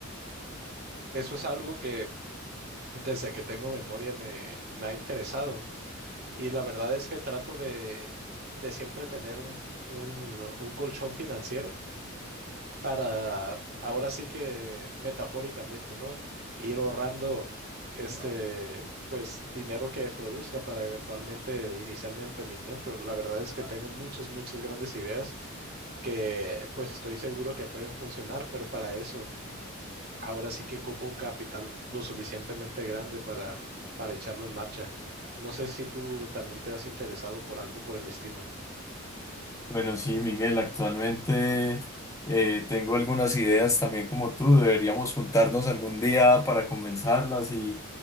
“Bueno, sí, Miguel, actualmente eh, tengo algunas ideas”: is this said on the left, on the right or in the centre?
Left